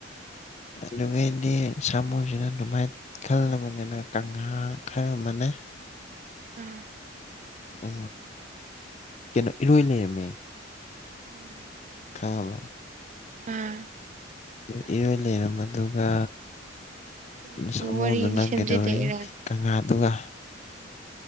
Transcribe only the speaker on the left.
ꯑꯗꯒꯤ ꯗꯤ ꯁꯥꯃꯨꯁꯤꯖꯤ ꯑꯗꯨꯃꯥꯏ ꯈꯜꯂꯕꯅꯤꯅ ꯃꯥꯅ ꯀꯪꯂꯥ ꯈꯔ ꯑꯃꯅꯦ ꯀ
ꯑ ꯀꯩꯅꯣ ꯏꯔꯣꯏ ꯂꯩꯔꯝꯃꯦ
ꯈꯥꯕ
ꯑꯗꯨ ꯏꯔꯣꯏ ꯂꯩꯔꯝꯕꯗꯨꯒ
ꯁꯥꯃꯨꯗꯨꯅ
ꯀꯩꯗꯧꯔꯤ ꯀꯪꯂꯥꯗꯨꯒ